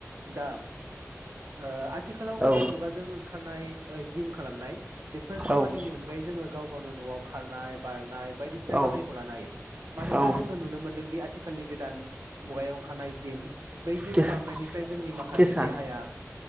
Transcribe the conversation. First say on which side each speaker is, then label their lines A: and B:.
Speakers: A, on the right; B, on the right.
A: दा ओ आथिखालाव
B: औ
A: गोदान मुगाजों ओंखारनाय जिम खालामनाय बेफोर खामानिनि
B: औ
A: अनगायै जोङो गाव गावनो न'आव खारनाय बारनाय बायदिसिना
B: औ
A: खामानिखौ लानो हायो मानोना
B: औ
A: जोङो नुनो मोन्दोंदि आथिखालनि गोदान मुगायाव ओंखारनाय जिम बै जिम
B: केस
A: खालामनायनिफ्राय जोंनि माखासे
B: केसा
A: देहाया